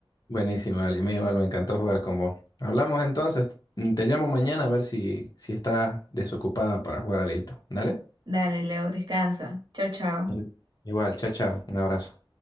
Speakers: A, on the left; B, on the right.
A: buenísima, Ale. Me, igual me encantó jugar con vos. Hablamos entonces. Mm, Te llamo mañana a ver si, si estás desocupada para jugar alito. ¿Dale?
B: Dale, Leo, descansa. Chao, chao.
A: Sí. Igual, chao, chao. Un abrazo.